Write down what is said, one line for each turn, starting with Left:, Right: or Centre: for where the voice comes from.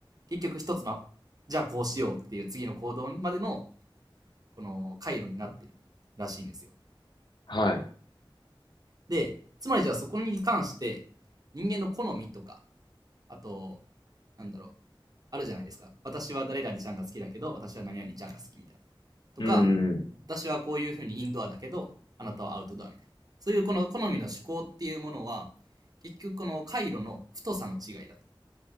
Right: 結局一つの、じゃあこうしようっていう次の行動までの、この回路になってるらしいんですよ。
Left: はい。
Right: で、つまりじゃあそこに関して、人間の好みとか、あと、なんだろう、あるじゃないですか。私は誰々ちゃんが好きだけど、私は何々ちゃんが好きみたいな。とか、
Left: うんうんうん。
Right: 私はこういうふうにインドアだけど、あなたはアウトドアみたいな。そういうこの好みの思考っていうものは、結局この回路の太さの違いだと。